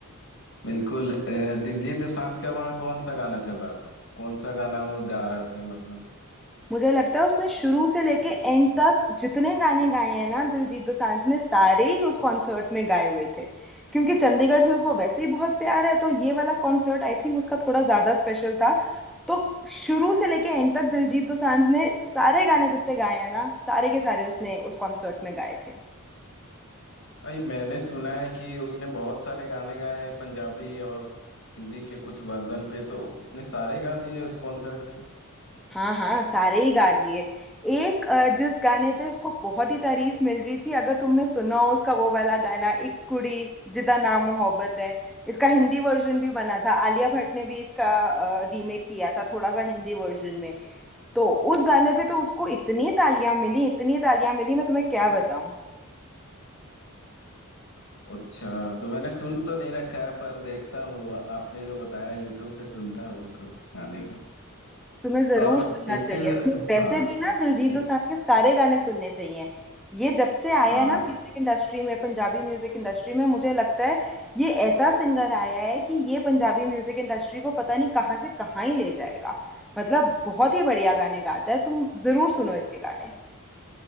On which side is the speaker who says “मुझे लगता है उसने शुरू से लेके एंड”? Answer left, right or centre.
Centre